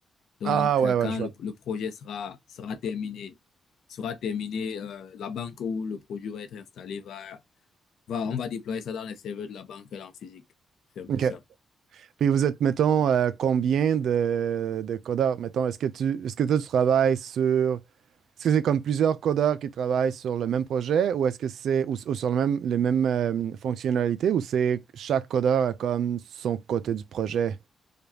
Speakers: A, on the left; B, on the right.
A: Donc,
B: Ah, ouais,
A: euh,
B: ouais,
A: quand
B: je
A: le,
B: vois.
A: le projet sera, sera terminé, sera terminé, euh, la banque où le produit va être installé va, va, on va déployer ça dans les serveurs de la banque là en physique. C'est un peu
B: Ok.
A: ça.
B: Puis vous êtes, mettons, euh, combien de, de codeurs? Mettons, est-ce que tu, est-ce que toi, tu travailles sur... Est-ce que c'est comme plusieurs codeurs qui travaillent sur le même projet ou est-ce que c'est ou, ou sur le même, les mêmes euh, fonctionnalités ou c'est chaque codeur a comme son côté du projet?